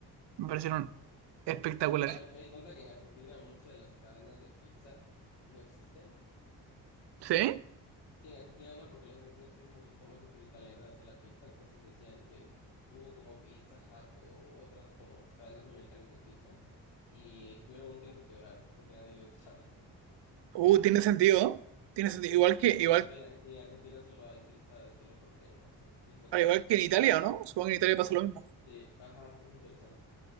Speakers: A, on the right (about 65°); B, on the left (about 75°).
A: Me parecieron
B: Ujú.
A: espectaculares.
B: ¿Sabes que me, da- me di cuenta que en Argentina muchas de las cadenas de pizza no existen?
A: ¿Sí?
B: Sí, en Argentina no, porque los argentinos tienen como su forma súper italiana de hacer la pizza, entonces decían que hubo como Pizza Hut o otras como cadenas americanas de pizza y estuvieron un tiempo y quebraron porque a nadie le gustaba.
A: Uh, tiene sentido. Tiene
B: Sí,
A: sentido. Igual
B: y
A: que, igual,
B: de repente en Ar- en Argentina solo hay pizza de estilo porteño, así, y es la que
A: al
B: la
A: igual
B: gente come.
A: que en Italia, ¿no? Supongo que en Italia pasa lo mismo.
B: Sí, ajá, es interesante.